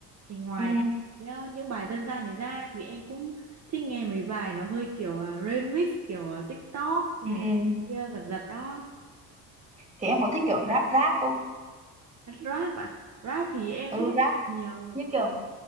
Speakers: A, on the right (about 45°); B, on the right (about 15°).
A: thì ngoài
B: ừ
A: nhá, những bài dân gian đấy ra thì em cũng thích nghe mấy bài nó hơi kiểu à, remix kiểu à, TikTok này
B: ừ
A: kia giật giật đó
B: thì em có thích kiểu rap rap không
A: rap à rap thì em
B: ừ
A: cũng
B: rap
A: nhiều
B: như kiểu